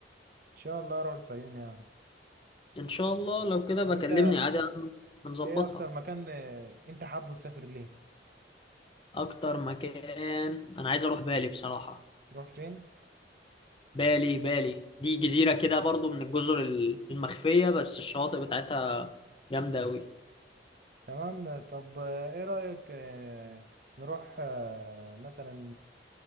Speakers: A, on the right (about 55°); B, on the left (about 30°).
A: شاء الله اروح الفيوم يعني
B: ان شاء الله لو كده
A: طب
B: بكلمني
A: انت
B: عادي هنظبطها
A: ايه اكتر مكان آه، انت حابه تسافر ليه
B: اكتر مكان انا عايز اروح بالي بصراحه
A: نروح فين
B: بالي بالي دي جزيره كده برضو من الجزر ال- المخفيه بس الشواطئ بتاعتها جامده قوي
A: تمام طب آه، ايه رأيك آه، نروح آه، مثلا